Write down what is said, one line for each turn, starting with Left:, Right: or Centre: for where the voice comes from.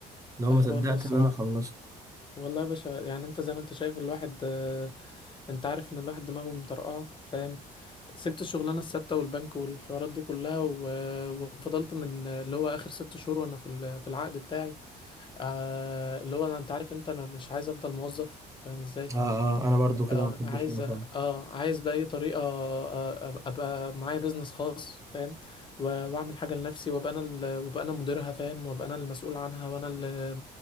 Right: لو
Left: ده
Right: ما
Left: حوار
Right: صدقت
Left: ده الصراحة
Right: إن أنا خلصت
Left: والله يا باشا يعني انت زي ما انت شايف الواحد آه، انت عارف ان الواحد دماغه مطرقعه فاهم سبت الشغلانه الثابته والبنك والحوارات دي كلها و- وفضلت من اللي هو اخر ست شهور وانا في ال- في العقد بتاعي آه، اللي هو انا انت عارف انت انا مش عايز افضل موظف فاهم ازاي
Right: آه آه أنا برضو كده
Left: اه
Right: ما بحبش
Left: عايز
Right: كده خالص
Left: اه عايز بأي طريقة آه، آه، ابقى معايا بيزنس خاص فاهم و- واعمل حاجة لنفسي وابقى انا ال- وابقى انا مديرها فاهم وابقى انا المسؤول عنها وانا اللي